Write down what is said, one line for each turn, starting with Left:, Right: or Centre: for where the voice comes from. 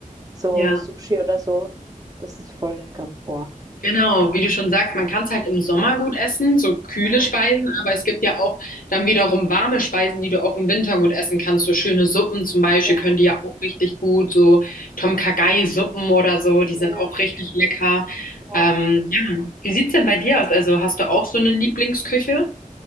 Right: so
Left: Ja.
Right: Sushi oder so, das ist voll lecker. Boah.
Left: Genau, wie du schon sagst, man kann es halt im Sommer gut essen, so kühle
Right: Ja,
Left: Speisen, aber es gibt ja auch dann wiederum warme Speisen, die du auch im Winter gut essen kannst. So schöne Suppen zum Beispiel
Right: ja,
Left: können die ja auch richtig gut, so Tom Kha-Gai-Suppen oder so, die
Right: ja.
Left: sind auch richtig lecker.
Right: Boah.
Left: Ähm, ja, wie sieht's denn bei dir aus? Also hast du auch so eine Lieblingsküche?